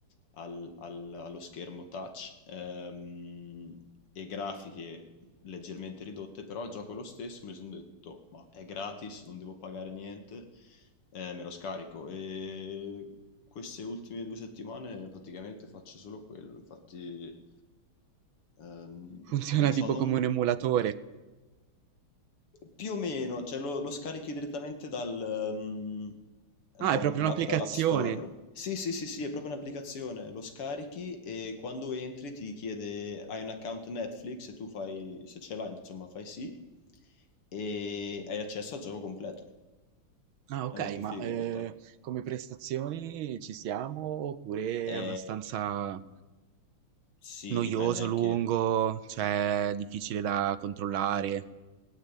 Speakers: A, on the left (about 85°); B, on the right (about 70°).
A: al- al- allo schermo touch ehm, e grafiche leggermente ridotte, però il gioco è lo stesso, mi sono detto, ma è gratis, non devo pagare niente, eh, me lo scarico. E queste ultime due settimane praticamente faccio solo quello, infatti... Ehm,
B: <laughs> Funziona
A: non lo
B: tipo
A: so,
B: come
A: non...
B: un emulatore.
A: Più o meno, cioè lo, lo scarichi direttamente dal, mm,
B: Ah,
A: dall'app
B: è proprio un'applicazione.
A: dall'app Store. Sì, sì, sì, sì, è proprio un'applicazione. Lo scarichi e quando entri ti chiede hai un account Netflix e tu fai, se ce l'hai, insomma, fai sì e hai accesso al gioco completo.
B: Ah, ok,
A: È molto
B: ma
A: figo
B: eh,
A: in realtà.
B: come prestazioni ci siamo oppure
A: E
B: è abbastanza
A: sì,
B: noioso,
A: dipende anche.
B: lungo, cioè difficile da controllare?